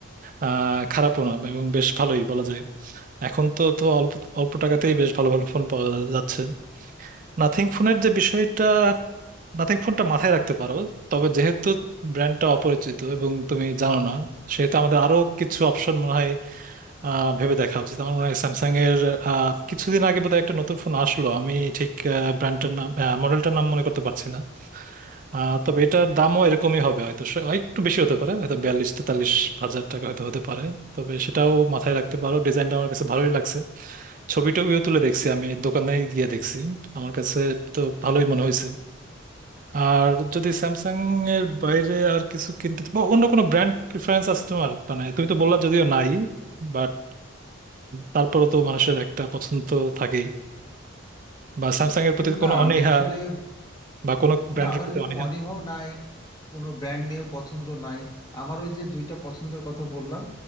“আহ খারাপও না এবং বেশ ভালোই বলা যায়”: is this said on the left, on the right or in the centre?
Right